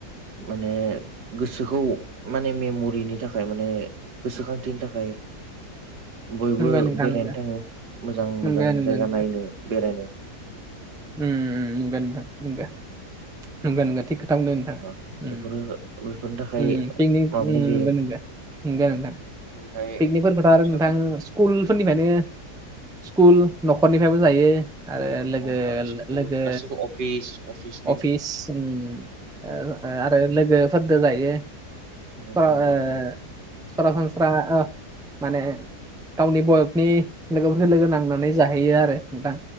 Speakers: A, on the right; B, in the centre.
A: माने गोसोखौ माने मेमरिनि थाखाय माने गोसोखांथिनि थाखाय
B: उम
A: बयबो
B: नंगौ नोंथां
A: बेरायनो थाङो
B: नंगौ
A: मोजां
B: नंगौ
A: मोजां
B: नंगौ
A: जायगा नायनो बेरायनो
B: उम उम नंगौ नोंथां नंगौ नंगौ नंगौ थिग खोथा बुंदों नोंथाङा
A: अ
B: उम
A: बेफोरो बेफोरनि थाखाय
B: उम पिकनिक
A: माबानाय
B: उम
A: जायो
B: नंगौ नंगौ नंगो नोंथां
A: आरो
B: पिकनिकफोरखौथ' आरो नोंथां
A: ओमफ्राय
B: स्कुलफोरनिफ्रायनो
A: सोरबा
B: स्कुल न'खरनिफ्रायबो जायो आरो
A: नंगौ
B: लोगो
A: नोंथां स्कुल
B: लोगो
A: गासिबो अफिस अफिस
B: अफिस उम आरो लोगोफोरदो जायो
A: <unintelligible>
B: सरा ओ सरासनस्रा ओ माने गावनि बयकनि लोगोफोरखौ लोगो नांनानै जाहैयो आरो नोंथां